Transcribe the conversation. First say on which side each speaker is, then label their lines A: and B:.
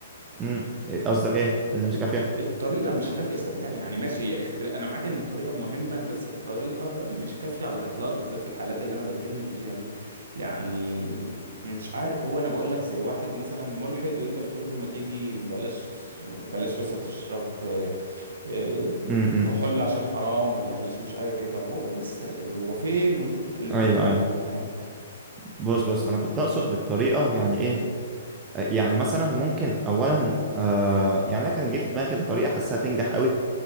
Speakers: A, on the right (about 20°); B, on the right (about 60°).
A: امم قصدك ايه اللي مش
B: الط-
A: كافيه
B: الطريقة مش كافية صدقني يعني ماشي هي اختلاف أنا معاك إن الطريقة مهمة بس الطريقة مش كافية على الإطلاق بالذات في الحالات اللي أنا بتكلم فيها دي يعني مش عارف هو أنا بقول لك زي واحد مثلا ملحد وأنت بتقول له ما تيجي بلاش بلاش مثلا تشرب آه، آه،
A: امم
B: كحول عشان حرام ولا بلاش مش عارف إيه طب هو لسه هو فين وأنت بتكلمه
A: ايوه
B: في إيه
A: ايوه
B: فاهم
A: بص بص انا كنت اقصد بالطريقه يعني ايه آه، يعني مثلا ممكن اولا آه يعني انا كان جه في دماغي كده طريقه حاسها تنجح قوي